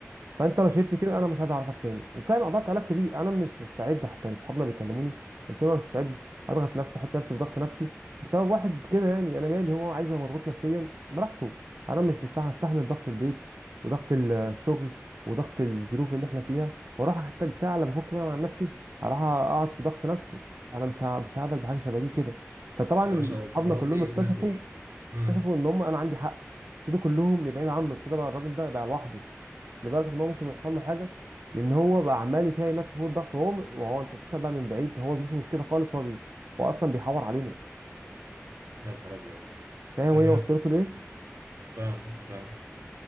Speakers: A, on the right; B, on the right.
A: فانت لو شايفني كده انا مش عايز اعرفك تاني وفعلا قطعت علاقتي بيه انا مش مستعد حتى اصحابنا بيكلموني قلت لهم انا مش مستعد اضغط نفسي احط نفسي في ضغط نفسي بسبب واحد كده يعني انا مالي هو عايز يبقى مضغوط نفسيا براحته انا مش مستحمل استحمل ضغط البيت وضغط ال- الشغل وضغط الظروف اللي احنا فيها واروح حتى الساعه اللي بفك فيها مع نفسي هروح اقعد في ضغط نفسي انا مش ه- مش هقبل بحاجه شبه دي كده فطبعا
B: يا باشا والله
A: اصحابنا كلهم
B: زي
A: اكتشفوا
B: الفل امم
A: اكتشفوا ان هم انا عندي حق ابتدوا كلهم يبعدوا عنه ابتدى بقى الراجل ده بقى لوحده لدرجه ان هو ممكن يحصل له حاجه لان هو بقى عمال يشيل نفسه فوق الضغط وهو وهو انت تسال بقى من بعيد هو ظروفه مش كده خالص هو بيس هو اصلا بيحور علينا
B: يا نهار ابيض
A: فاهم
B: تمام
A: هي وصلته ليه
B: فاهمك فاهم